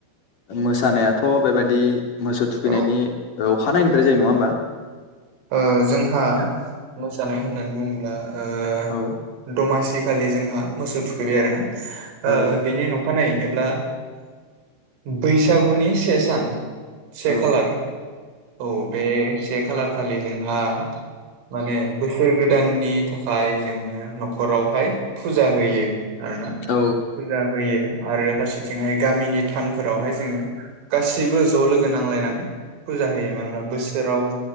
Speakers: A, on the left (about 50°); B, on the right (about 85°).
A: मोसानायाथ बेबायदि मोसौ थुखैनायनि
B: औ
A: ओ अखानायैनिफ्राय जायो। नंङा होमबा?
B: ओ जोंहा मोसानाय होननानै बुंङोब्ला ओ
A: औ
B: दमासि इखालि जोंहा मोसौ थुखैबाय आरोना
A: औ
B: ओ बिनि न' खानायै एब्ला बैसागुनि से सान से
A: औ
B: खालार औ बे से खालार खालि जोंहा माने बोसोर गोदाननि थाखाय जोङो न'खरावहाय फुजा होयो आरो ना
A: औ
B: फुजा होयो आरो फारसेथिंहाय गामिनि थानफोरावहाय जोङो गासैबो ज' लोगो नांलायनानै फुजा होयो मानोना बोसोराव